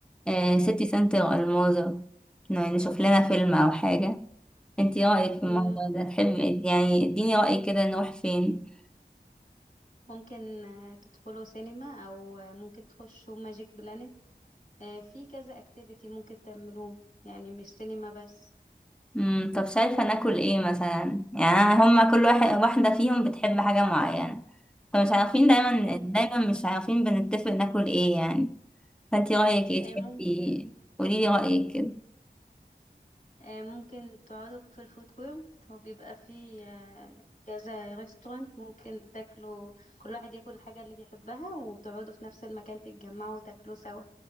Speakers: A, in the centre; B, on the left (about 50°).
A: آه، سيتي سنتر الماظة ن- نشوف لنا فيلم او حاجة انتي رأيك في
B: مم،
A: الموضوع ده تحب يعني اديني رأي كده نروح فين
B: ممكن آه، تدخلوا سينما أو آه، ممكن تخشوا ماجيك بلانت آه، في كذا اكتيفيتي ممكن تعملوه يعني مش سينما بس
A: امم طب شايفة ناكل ايه مثلا يعني أنا هما كل واحد واحدة فيهم بتحب حاجة معينة فمش عارفين دايما
B: في
A: دايما مش عارفين بنتفق ناكل ايه يعني فانتي رأيك ايه
B: آه،
A: تحبي
B: ممكن
A: قوليلي رأيك كده
B: آه، ممكن تقعدوا في الفود كورت هو بيبقى فيه آه، كذا ريستورانت ممكن تاكلوا كل واحد ياكل الحاجة اللي بيحبها وتقعدوا في نفس المكان تتجمعوا وتاكلوا سوا